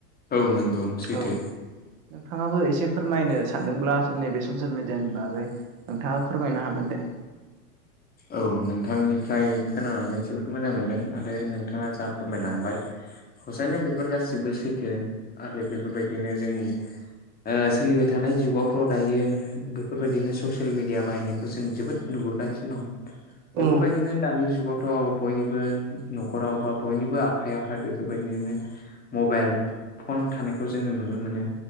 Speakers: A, on the left; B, on the right.
A: औ नंगौ सैथो
B: औ नोंथाङाबो एसे फोरमायनो सान अब्ला नैबे ससियेल मिडियानि बागै नोंथाङा फोरमायनो हागोन दे।
A: औ नोंथांनिफ्राय खोनानानै जोबोद मोजां मोनदों आरो नोंथाङा जा फोरमायलां फंबाय हसायनो बेफोर गासिबो सैथो आरो बेफोरबायदिनो जोंनि ओ सोलिबाय थानाय जुगावथ' दायो बेफोरबायदिनो ससियेल मिडिया बाहायनायखौ जों जोबोद नुबोगासिनो दं।
B: औ
A: बेफोरबायदिनो दानि जुगावथ' बयनिबो नखराव बा बयनिबो आखाइयावहाय बेफोरबायदिनो मबाइल फन थानायखौ जोङो नुनो मोनो।